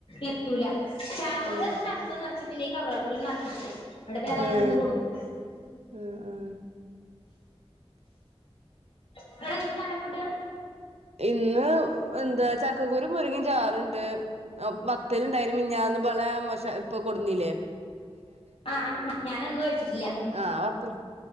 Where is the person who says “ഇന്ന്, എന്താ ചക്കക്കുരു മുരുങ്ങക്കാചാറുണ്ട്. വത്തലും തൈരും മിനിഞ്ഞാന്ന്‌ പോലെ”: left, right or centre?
Right